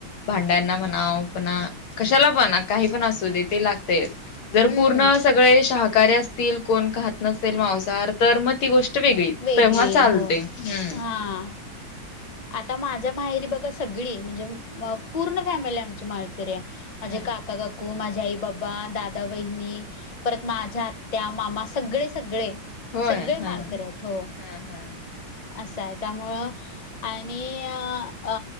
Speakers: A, on the left; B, on the left.
A: भांड्यांना म्हणा पणा कशाला पण काही पण असू दे ते लागतंय. जर
B: हम्म.
A: पूर्ण सगळे शाहाकारी असतील कोण खाहात नसेल मांसाहार तर मग ती गोष्ट- वेगळी
B: वेगळी
A: तेव्हा चालते
B: हो.
A: हम्म-
B: हां. आता माझ्या माहेरी बघा सगळी म्हणजे अ पूर्ण फॅमिली आमची माळकरी आहे. माझे
A: ह
B: काका- काका काकू माझे आई बाबा दादा वहिनी- परत माझ्या आत्या मामा सगळे सगळे
A: होय
B: सगळे
A: हा
B: माळकरी आहेत हो
A: हा हा
B: असं हाय त्यामुळं आणि अ अ